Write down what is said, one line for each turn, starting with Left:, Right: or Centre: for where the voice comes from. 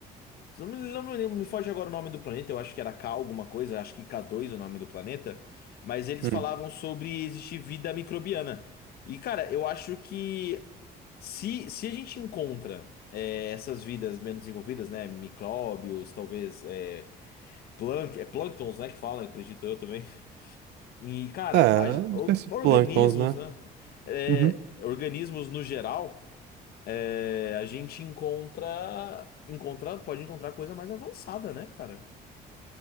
Left: Não me, não me lembro, me foge agora o nome do planeta, eu acho que era K alguma coisa, acho que K2 o nome do planeta, mas eles
Right: Hum.
Left: falavam sobre existir vida microbiana. E, cara, eu acho que se, se a gente encontra é, essas vidas menos desenvolvidas, né, micróbios, talvez é, plank, é plânctons, né, que falam, acredito eu também. E, cara,
Right: É,
Left: a- or-
Right: esses
Left: organismos,
Right: plânctons, né?
Left: né, é,
Right: Uhum.
Left: organismos no geral, é, a gente encontra, encontra, pode encontrar coisa mais avançada, né, cara?